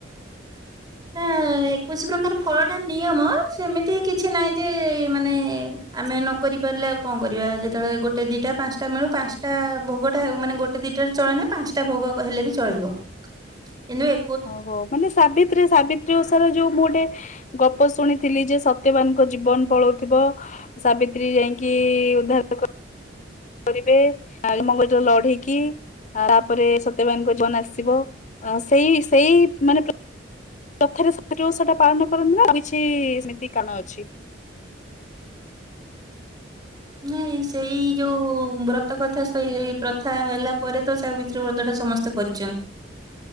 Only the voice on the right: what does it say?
ନାଁ-ଆ ଏକୋଇଶି ପ୍ରକାର ଫଳଟା ନିୟମ ସେମିତି କିଛି ନାହିଁ ଯେ ଏ ମାନେ ଆମେ ନ କରି ପାରିଲେ ଆଉ କଁ କରିବା ଯେତଳେ ଗୋଟେ ଦିଟା ପାଞ୍ଚଟା ମିଳୁ ପାଞ୍ଚଟା-ଆ ଭୋଗଟା ଉ-ମାନେ ଗୋ ଟେ ଦିଟାରେ ଚଳେନା ପାଞ୍ଚଟା ଭୋଗ ହେଲେ ବି ଚଳିବ, କିନ୍ତୁ ଏ
ନାଇଁ ସେଇ ଯୋଉ ବ୍ରତ କଥା ସେଇ ପ୍ରଥା ହେଲା ପରେ ତ ସାବିତ୍ରୀ ବ୍ରତ ଟା ସମସ୍ତେ କରିଚନ୍।